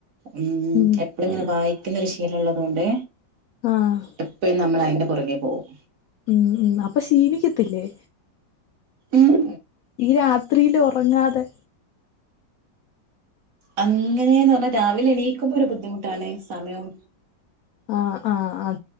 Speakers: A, on the right; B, on the left.
A: മ്
B: ഉം
A: എപ്പഴിങ്ങനെ വായി ശീലം ഒള്ളത് കൊണ്ട്
B: ആഹ്
A: എപ്പഴും നമ്മൾ അതിന്റെ പിറകെ പോവും
B: ഉം ഉം അപ്പ ഷിണിക്കത്തില്ലേ
A: ഏഹ്
B: ഈ രാത്രിയിലുറങ്ങാതെ
A: അങ്ങനെന്നർഞ്ഞ രാവിലെ എണീക്കുമ്പൊ ഒരു ബുദ്ധിമുട്ടാണ് സമയം
B: ആഹ് ആഹ് അ